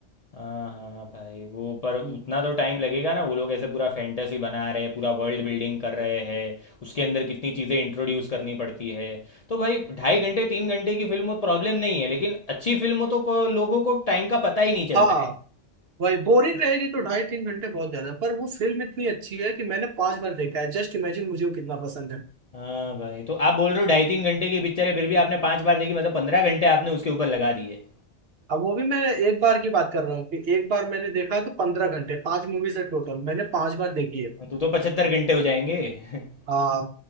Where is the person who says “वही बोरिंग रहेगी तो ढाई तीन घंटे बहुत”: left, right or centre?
Right